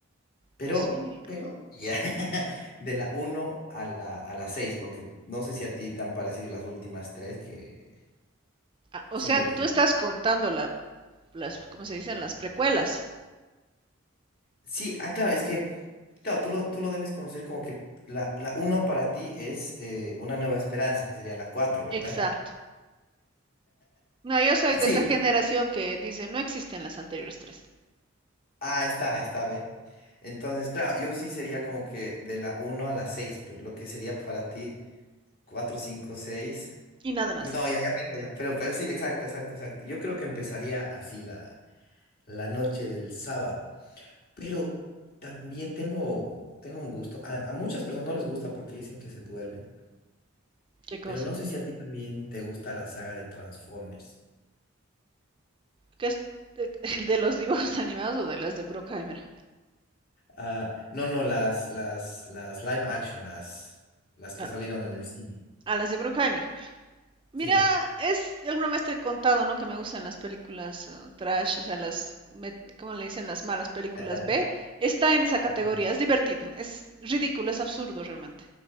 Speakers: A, on the left; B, on the right.
A: Pero,
B: Así.
A: pero, ya, <laughs> de la uno a la, a la 6 porque no sé si a ti te han parecido las últimas tres que
B: Ah, o
A: son
B: sea,
A: deprimentes.
B: tú estás contando la, las, ¿cómo se dicen? Las precuelas.
A: Sí, ah, claro, es que Claro, tú lo, tú lo debes conocer como que la, la uno para ti es eh, una nueva esperanza, que sería la 4, ¿verdad?
B: Exacto. No, yo soy de
A: <laughs> Sí,
B: esa generación que dice, no existen las anteriores tres.
A: ah, está, ahí está, ve. Entonces, claro, yo sí sería como que de la uno a la 6, pero lo que sería para ti 4, 5, 6.
B: Y nada más.
A: No, ya, ya, ya, ya, pero, pero sí, exacto, exacto, exacto. Yo creo que empezaría así la, la noche del sábado, pero también tengo, tengo un gusto. A, a muchas personas no les gusta porque dicen que se duermen.
B: ¿Qué cosa?
A: Pero no sé si a ti también te gusta la saga de Transformers.
B: ¿Qué es de, <laughs> de los dibujos <laughs> animados o de las de Bruckheimer?
A: Ah, no, no, las, las, las live action, las, las que
B: No,
A: salieron en el cine.
B: a las de Bruckheimer. Mira,
A: Sí.
B: es, alguna vez te he contado, ¿no? Que me gustan las películas eh, trash, o sea, las, me- ¿cómo le dicen? Las malas películas
A: <laughs>
B: B. Está en esa categoría,
A: Ya.
B: es divertido, es ridículo, es absurdo realmente.